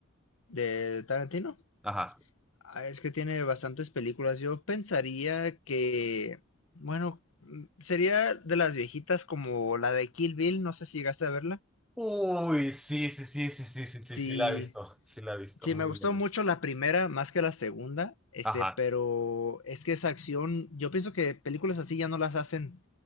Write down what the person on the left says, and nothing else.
de Tarantino.
Ah, Es que tiene bastantes películas. Yo pensaría que, bueno, mm, sería de las viejitas como la de Kill Bill, no sé si llegaste a verla.
Sí,
Sí,
me gustó
mucho la primera más que la segunda, este,
pero es que esa acción, yo pienso que películas así ya no las hacen